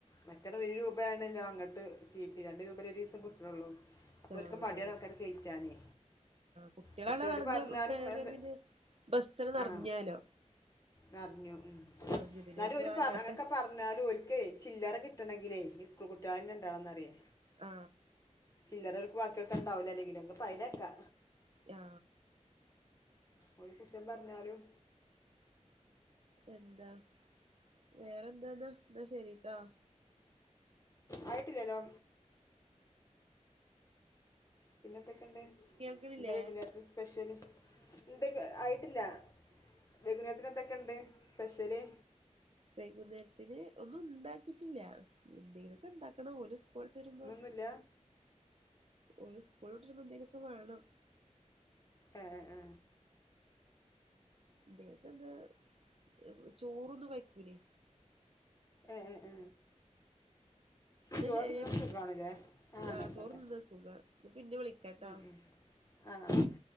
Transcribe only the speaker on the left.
മറ്റേന്ന ഒരു രൂപയാണല്ലോ അങ്ങോട്ട് സീട്ടി രണ്ട് രൂപ ല്ലേ ഒരു ദിവസം കിട്ടണ് ള്ളൂ പ്പൊ ഓൽക്ക്
മടിയാണ് ആൾക്കാരെ കഴറ്റാനേ
പക്ഷെ ഓല്
പറഞ്ഞാലും
എന്ത്
ആ നർഞ്ഞു
ന്നാലും
ഓല് ഒ
പ അങ്ങനൊക്കെ പറഞ്ഞാലും ഓൽക്കെ ചില്ല- റ കിട്ടണെങ്കിലെ ഈ സ്കൂൾ കുട്ടികളന്നെ ഇണ്ടണം അറിയേ
ചില്ലറ ഓൽക്ക് ബാക്കി കൊടുക്കാൻ ഉണ്ടാവൂല അല്ലെങ്കിലും ന്ന് പരണക്കാ
ഓല് കുറ്റം പറഞ്ഞാലും
ആയിട്ടില്ലല്ലോ പിന്നൊന്തെക്കെ എന്താ
വൈകുന്നേരത്തെ സ്പെഷ്യല് എന്തൊക്ക ആയിട്ടില്ല വെകുന്നേരത്തിന് എന്തൊക്കെണ്ട് സ്പെഷ്യല്
ഇന്നൊന്നുമില്ല
ഏ ആ ആ
ഏ അ അ
ചോറുണ്ണാൻ
സുഖാണല്ലേ ആ
നോക്കട്ടെ
മ് മ് ആ ആ